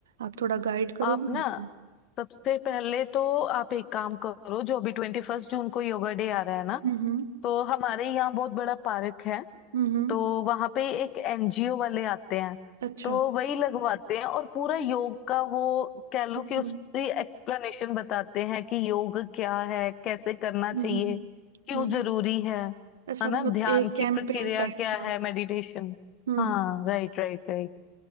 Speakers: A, on the right (about 75°); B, on the left (about 45°).
A: आप थोड़ा गाइड करोगे
B: आप ना
A: मेरे को
B: सबसे पहले तो आप एक काम करो जो अभी ट्वेंटी फर्स्ट जून को योगा डे आ रहा है ना
A: हम्म
B: तो हमारे यहाँ बहुत बड़ा पार्क है
A: हम्म
B: तो वहां पे एक एनजीओ वाले आते हैं
A: अच्छा
B: तो वही लगवाते हैं और पूरा योग का वो कह लो
A: हम्म
B: कि उसकी एक्सप्लेनेशन बताते हैं कि योग क्या है कैसे करना
A: हम्म
B: चाहिए क्यों
A: हम्म
B: जरूरी है
A: अच्छा
B: है
A: मतलब
B: ना ध्यान
A: एक
B: की
A: कैंपेन
B: प्रक्रिया
A: टाइप
B: क्या
A: का
B: है मेडिटेशन
A: हम्म
B: हाँ राइट राइट राइट